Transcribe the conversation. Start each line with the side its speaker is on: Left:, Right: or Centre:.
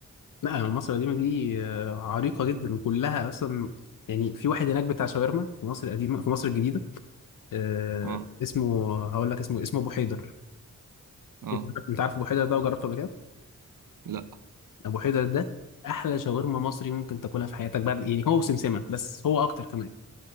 Left: لا يعني مصر القديمه دي آه، عريقه جدا وكلها اصلا يعني في واحد هناك بتاع شاورما في مصر القديمه في مصر الجديده آه
Right: اه
Left: اسمه هقول لك اسمه اسمه ابو حيدر
Right: اه
Left: انت عارف أنت عارف ابو حيدر ده وجربته قبل كده
Right: لا
Left: ابو حيدر ده احلى شاورما مصري ممكن تاكلها في حياتك بعد يعني هو وسمسمه بس هو اكتر كمان